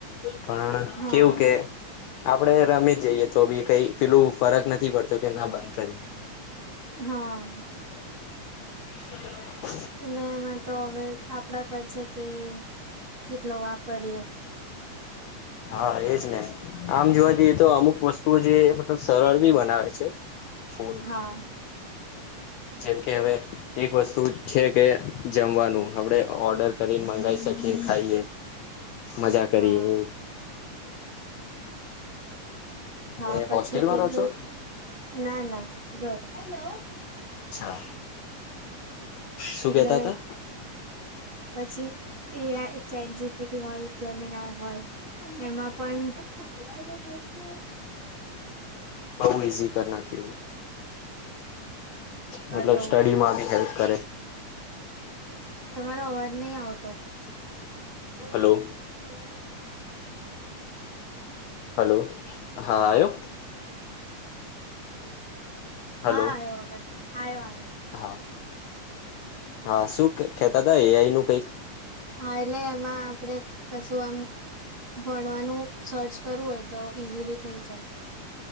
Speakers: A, on the left; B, on the right.
A: પણ
B: હા.
A: કેવું કે આપડે રમી જઈએ તો બી કઈ પેલું ફરક નથી પડતો કે ના બંધ કરીએ.
B: હા
A: <unintelligible>
B: ને એમાં તો હવે થા <inaudible> પડશે કે કે <inaudible> વાપરીએ
A: હા એજ ને આમ જોવા જઈએ તો અમુક વસ્ તુ જે મતલબ સરળ બી બનાવે છે, ફૂલ.
B: હા
A: જેમ કે હવે એક વસ્તુ છે કે જમવાનું હવડે ઓર્ડર કરીને મગાવી શક ખાઈએ મજા કરીએ
B: હા
A: એવું
B: હા
A: તમે
B: પછી
A: હોસ્ટેલમાં
B: પેલું
A: રહો છો
B: ના ના ઘર. હેલો.
A: અચ્છા શું
B: એટલે
A: કેતા હતા
B: પછી એ આઈ ચેટ જીપીટી હોય જેમિના હોય એમાં પણ સંભળાયલા <inaudible> છે.
A: બવ ઇસી કરી નાખ્યું. મતલબ
B: હલો
A: સ્ટડીમાં આવી હેલ્પ. કરે.
B: તમારો અવાજ નહી આવતો. ઓ
A: હલો
B: સ્ને
A: હલો હા આયો? હલો
B: હા આયો હવે આયો આયો.
A: હા હા શું કેતા હતા એઆઈ નું કઈક?
B: હા એટલે એમાં આપણેે કશું આમ ભણવાનું સર્ચ કરવું હોય તો ઈઝીલી થઇ જાય.